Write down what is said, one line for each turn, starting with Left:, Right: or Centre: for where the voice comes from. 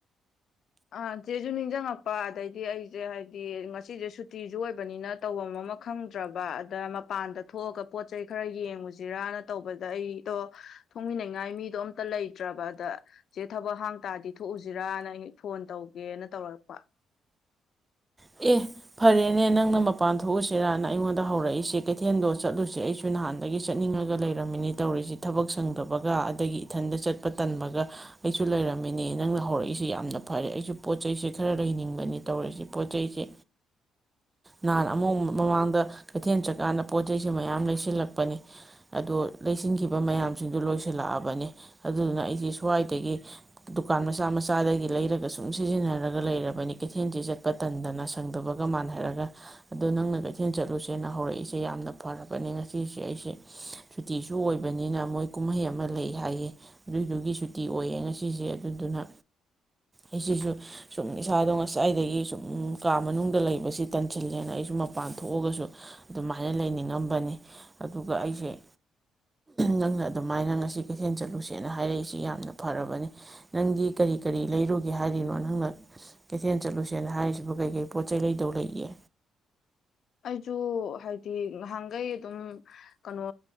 Left: ꯑ ꯆꯦꯁꯨ ꯅꯤꯡꯁꯤꯡꯉꯛꯄ ꯑꯗꯩꯗꯤ ꯑꯩꯁꯦ ꯍꯥꯏꯗꯤ ꯉꯁꯤꯁꯦ ꯁꯨꯇꯤꯁꯨ ꯑꯣꯏꯕꯅꯤꯅ ꯇꯧꯐꯝ ꯑꯃ ꯈꯪꯗ꯭ꯔꯕ ꯑꯗ ꯃꯄꯥꯟꯗ ꯊꯣꯛꯑꯒ ꯄꯣꯠ ꯆꯩꯩ ꯈꯔ ꯌꯦꯡꯉꯨꯁꯤꯔꯅ ꯇꯧꯕꯗ ꯑꯩꯗꯣ ꯊꯣꯡꯃꯤꯟꯅꯉꯥꯏ ꯃꯤꯗꯣ ꯑꯝꯇ ꯂꯩꯇ꯭ꯔꯕ ꯑꯗ ꯆꯦ ꯊꯕꯛ ꯍꯥꯡ ꯇꯥꯗꯤ ꯊꯣꯛꯎꯁꯤꯔꯅ ꯑꯩ ꯐꯣꯟ ꯇꯧꯒꯦꯅ ꯇꯧꯔꯛꯄ
Right: ꯑꯦ ꯐꯔꯦꯅꯦ ꯅꯪꯅ ꯃꯄꯥꯟ ꯊꯣꯛꯎꯁꯤꯔꯅ ꯑꯩꯉꯣꯟꯗ ꯍꯧꯔꯛꯏꯁꯦ ꯀꯩꯊꯦꯜꯗꯣ ꯆꯠꯂꯨꯁꯤꯦ ꯑꯩꯁꯨ ꯅꯍꯥꯟꯗꯒꯤ ꯆꯠꯅꯤꯡꯉꯒ ꯂꯩꯔꯝꯃꯤꯅꯦ ꯇꯧꯔꯤꯁꯤ ꯊꯕꯛ ꯁꯪꯗꯕꯒ ꯑꯗꯒꯤ ꯏꯊꯟꯗ ꯆꯠꯄ ꯇꯟꯕꯒ ꯑꯩꯁꯨ ꯂꯩꯔꯝꯃꯤꯅꯦ ꯅꯪꯅ ꯍꯧꯔꯛꯏꯁꯤ ꯌꯥꯝꯅ ꯐꯔꯦ ꯑꯩꯁꯨ ꯄꯣꯠ ꯆꯩꯁꯦ ꯈꯔ ꯂꯩꯅꯤꯡꯕꯅꯤ ꯇꯧꯔꯤꯁꯤ ꯄꯣꯠ ꯆꯩꯁꯤ ꯅꯍꯥꯟ ꯑꯃꯨꯛ ꯃꯃꯥꯡꯗ ꯀꯩꯊꯦꯜ ꯆꯠꯀꯥꯟꯗ ꯄꯣꯠꯆꯩꯁꯦ ꯃꯌꯥꯝ ꯂꯩꯁꯤꯜꯂꯛꯄꯅꯤ ꯑꯣ ꯂꯩꯁꯤꯟꯈꯤꯕ ꯃꯌꯥꯝꯁꯤꯡꯗꯨ ꯂꯣꯏꯁꯤꯜꯂꯛꯑꯕꯅꯤ ꯑꯗꯨꯗꯨꯅ ꯑꯩꯁꯦ ꯁ꯭ꯋꯥꯏꯗꯒꯤ ꯗꯨꯀꯥꯟ ꯃꯆꯥ ꯃꯆꯥꯗꯒꯤ ꯂꯩꯔꯒ ꯁꯨꯝ ꯁꯤꯖꯤꯟꯅꯔꯒ ꯂꯩꯔꯕꯅꯤ ꯀꯩꯊꯦꯜꯁꯦ ꯆꯠꯄ ꯇꯟꯗꯅ ꯁꯪ ꯗꯕꯒ ꯃꯥꯟꯅꯍꯔꯒ ꯑꯗꯣ ꯅꯪꯅ ꯀꯩꯊꯦꯜ ꯆꯠꯂꯨꯁꯦꯅ ꯍꯧꯔꯛꯏꯁꯦ ꯌꯥꯝꯅ ꯐꯔꯕꯅꯦ ꯉꯁꯤꯁꯦ ꯑꯩꯁꯦ ꯁꯨꯇꯤꯁꯨ ꯑꯣꯏꯕꯅꯤꯅ ꯃꯣꯏ ꯀꯨꯝꯍꯩ ꯑꯃ ꯂꯩ ꯍꯥꯏꯌꯦ ꯑꯗꯨꯏꯗꯨꯒꯤ ꯁꯨꯇꯤ ꯑꯣꯏꯌꯦ ꯉꯁꯤꯁꯦ ꯑꯗꯨꯗꯨꯅ ꯑꯩꯁꯤꯁꯨ ꯁꯨꯝ ꯏꯁꯥꯗꯣ ꯉꯁꯥꯏꯗꯒꯤ ꯁꯨꯝ ꯀꯥ ꯃꯅꯨꯡꯗ ꯂꯩꯕꯁꯤ ꯇꯟꯁꯤꯜꯂꯦꯅ ꯑꯩꯁꯨ ꯃꯄꯥꯟ ꯊꯣꯛꯑꯒꯁꯨ ꯑꯗꯨꯃꯥꯏꯅ ꯂꯩꯅꯤꯡꯉꯝꯕꯅꯤ ꯑꯗꯨꯒ ꯑꯩꯁꯦ ꯅꯪꯅ ꯑꯗꯨꯃꯥꯏꯅ ꯉꯁꯤ ꯀꯩꯊꯦꯜ ꯆꯠꯂꯨꯁꯦꯅ ꯍꯥꯏꯔꯛꯏꯁꯤ ꯌꯥꯝꯅ ꯐꯔꯕꯅꯤ ꯅꯪꯗꯤ ꯀꯔꯤ ꯀꯔꯤ ꯂꯩꯔꯨꯒꯦ ꯍꯥꯏꯔꯤꯅꯣ ꯅꯪꯅ ꯀꯩꯊꯦꯜ ꯆꯠꯂꯨꯁꯦꯅ ꯍꯥꯏꯔꯤꯁꯤꯕꯨ ꯀꯩ ꯀꯩ ꯄꯣꯠ ꯆꯩꯩ ꯂꯩꯗꯧ ꯂꯩꯌꯦ
Left: ꯑꯩꯁꯨ ꯍꯥꯏꯗꯤ ꯉꯍꯥꯟꯒꯩ ꯑꯗꯨꯝ ꯀꯩꯅꯣ